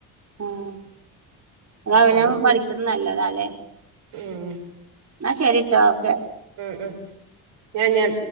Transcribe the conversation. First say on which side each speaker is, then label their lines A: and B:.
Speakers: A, on the right (about 35°); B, on the right (about 75°).
A: ആഹ് അതവനവൻ
B: അപ്പൊ അതൊക്കെ
A: പഠിക്കുന്ന
B: ഞാൻ
A: നല്ലതല്ലേ.
B: ഉം
A: ന്നാ ശരീട്ടാ ഓക്കെ.
B: ഉം ഉം ഞാൻ ഞാൻ